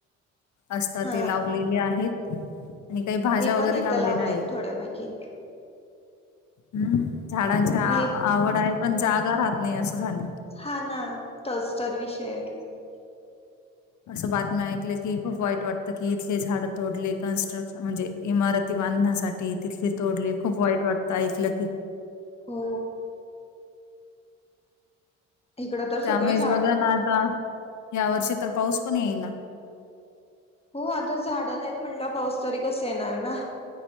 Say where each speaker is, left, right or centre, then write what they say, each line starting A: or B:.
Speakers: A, on the left; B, on the left.
A: असत
B: हा
A: ते लावलेले आहेत. आणि काही भाज्या
B: मी पण
A: वगैरे
B: इथं
A: लावलेल्या
B: लावलय
A: आहे.
B: थोड्यापैकी
A: हम्म. झाडांची
B: मी
A: आवड आहे पण जागा राहत. नाही असं झालं.
B: हा ना तोच तर विषय
A: असं बातम्या ऐकलं की खूप वाईट वाटतं कि इथले झाड तोडले कन्स्ट्रक्शन म्हणजे इमारती बांधण्यासाठी तिथले तोडले खूप वाईट वाटत ऐकलं की
B: हो. इकडं तर
A: त्यामुळेच
B: सगळी झाड
A: बघा ना आता या वर्षी तर पाऊस पण येईना.
B: हो आता झाडं नाहीत म्हंटल्यावर पाऊस तरी कसं येणार ना.